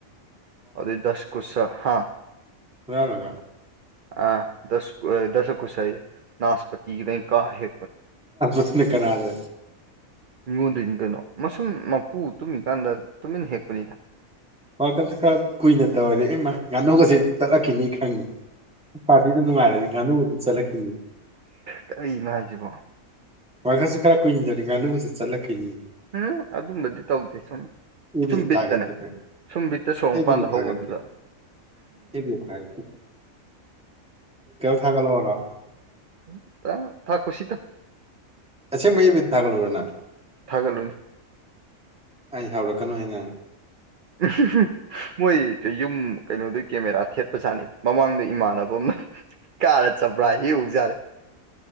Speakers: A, on the right (about 50°); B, in the centre.
A: ꯑ ꯗꯁ ꯀꯨꯁ ꯍꯥ
B: ꯊꯥ ꯂꯥꯛꯒ
A: ꯑ ꯗꯁ ꯗꯁ ꯈꯨꯁ ꯅꯥꯁꯄꯇ ꯀꯥ ꯍꯦ
B: ꯁꯃꯤ ꯀꯅꯥꯗꯦ
A: ꯃꯤꯉꯣꯟꯗꯣꯏꯅꯤ ꯀꯩꯅꯣ ꯃꯁꯨꯝ ꯃꯄꯨ ꯇꯨꯝꯃꯤꯀꯥꯟꯗ ꯇꯨꯃꯤꯟꯅ ꯍꯦꯛꯄꯅꯤꯗ
B: ꯋꯥꯔꯜ ꯀꯞꯁꯦ ꯈꯔ ꯀꯨꯏꯅ ꯇꯧꯔꯦ ꯏꯃ ꯉꯥꯅꯨꯒꯁꯦ ꯆꯠꯂꯛꯈꯤꯅꯤ ꯈꯪꯉꯤ ꯄꯥꯔꯇꯤꯗ ꯅꯨꯡꯉꯥꯏꯔꯗꯤ ꯉꯥꯅꯨꯒꯗꯤ ꯆꯠꯂꯛꯈꯤꯅꯤ
A: ꯀꯔꯤꯅꯣ ꯍꯥꯏꯁꯤꯕꯣ
B: ꯋꯥꯈꯔꯁꯨ ꯈꯔ ꯀꯨꯏꯟꯗꯔꯤ ꯉꯥꯅꯨꯁꯨꯦ ꯆꯠꯂꯛꯈꯤꯅꯤ
A: ꯎꯝ ꯑꯗꯨꯝꯕꯗꯤ ꯇꯧꯗꯦ ꯁꯨꯝ
B: ꯑꯦꯕꯤꯗ
A: ꯁꯨꯝꯕꯤꯠꯇꯅꯦ
B: ꯊꯥꯒꯠꯀꯦ
A: ꯁꯨꯝꯕꯤꯠ ꯍꯦꯛꯇ ꯁꯣꯔꯣꯛ
B: ꯑꯦꯕꯤꯗ
A: ꯃꯄꯥꯟꯗ ꯍꯧꯕꯗꯨꯗ
B: ꯊꯥꯒꯠꯀꯦ ꯑꯦꯕꯤꯗ ꯊꯥꯒꯠꯀꯦ ꯊꯥꯒꯂꯣ ꯑꯔꯥꯎ
A: ꯎ ꯊ ꯈꯨꯁꯤ ꯇ
B: ꯑꯁꯦꯡ ꯃꯌꯦꯛꯕꯤ ꯊꯥꯒꯠꯂꯨꯔꯅ
A: ꯊꯥꯒꯠꯂꯨꯅꯤ
B: ꯑꯩ ꯍꯧꯔꯛꯀꯅꯨ ꯍꯥꯏ ꯅꯪ
A: ꯎ ꯃꯣꯏ ꯌꯨꯝ ꯀꯩꯅꯣꯗꯨ ꯀꯦꯃꯦꯔꯥ ꯊꯦꯠꯄꯖꯥꯠꯅꯤꯗ ꯃꯃꯥꯡꯗ ꯏꯃꯥꯟꯅꯕ ꯑꯃꯅ ꯀꯥꯔ ꯆꯠꯄ꯭ꯔꯥ ꯍꯦꯛ ꯍꯧꯧꯖꯥꯔꯦ